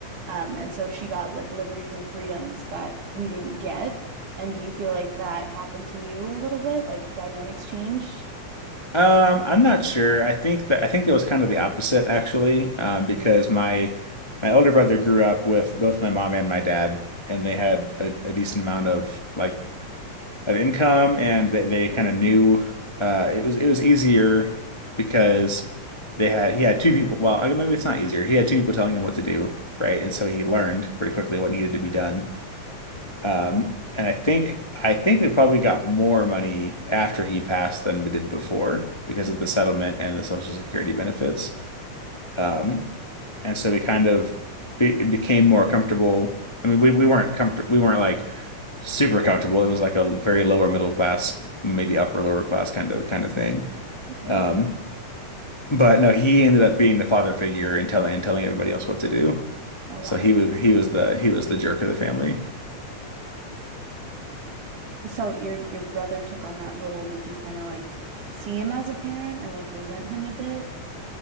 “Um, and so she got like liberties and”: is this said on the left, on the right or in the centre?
Right